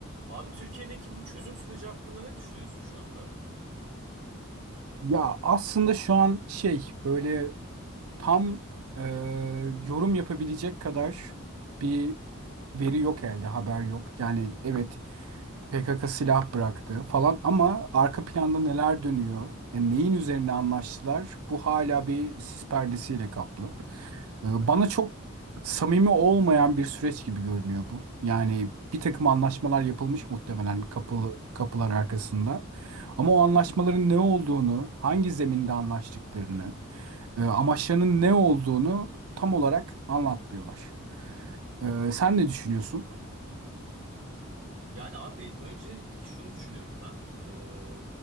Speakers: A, on the right; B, on the right.
A: Abi Türkiye'deki bu çözüm süreci hakkında ne düşünüyorsun şu anda?
B: Ya aslında şu an şey böyle tam e, yorum yapabilecek kadar bir veri yok elde, haber yok. Yani evet PKK silah bıraktı falan ama arka planda neler dönüyor, e, neyin üzerine anlaştılar bu hala bir sis perdesiyle kaplı. Ee, Bana çok samimi olmayan bir süreç gibi görünüyor bu. Yani bir takım anlaşmalar yapılmış muhtemelen kapı, kapılar arkasında. Ama o anlaşmaların ne olduğunu, hangi zeminde anlaştıklarını, e, amaçlarının ne olduğunu tam olarak anlatmıyorlar. Ee, sen ne düşünüyorsun?
A: Yani abi önce şunu düşünüyorum ben. Ee,